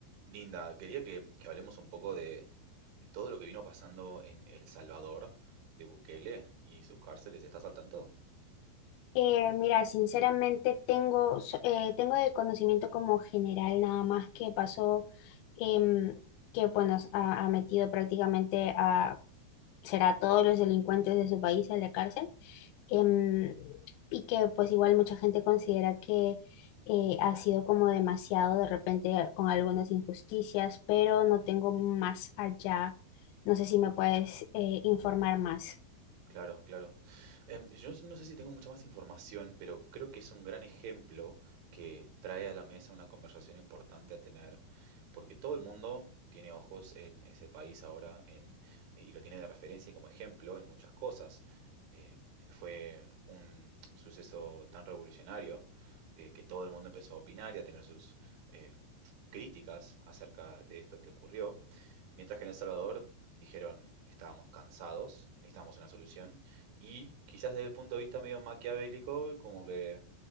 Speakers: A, on the right; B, on the left.
A: Linda, quería que, que hablemos un poco de todo lo que vino pasando en El Salvador, de Bukele y sus cárceles. ¿Estás al tanto?
B: Eh, mira, sinceramente tengo, so- eh, tengo el conocimiento como general nada más que pasó, em, que bueno, s- ha, ha metido prácticamente a, será a todos los delincuentes de su país a la cárcel, em, y que pues igual mucha gente considera que eh, ha sido como demasiado de repente con algunas injusticias, pero no tengo más allá, no sé si me puedes
A: Claro.
B: eh, informar más.
A: Claro, claro. Em, yo no sé si tengo mucha más información, pero creo que es un gran ejemplo que trae a la mesa una conversación importante a tener, porque todo el mundo tiene ojos en ese país ahora en- y lo tiene de referencia y como ejemplo en muchas cosas. Em, fue un suceso tan revolucionario eh, que todo el mundo empezó a opinar y a tener sus em, críticas acerca de esto que ocurrió. Mientras que en El Salvador dijeron, estábamos cansados, necesitábamos una solución, y quizás desde el punto de vista medio maquiavélico, como que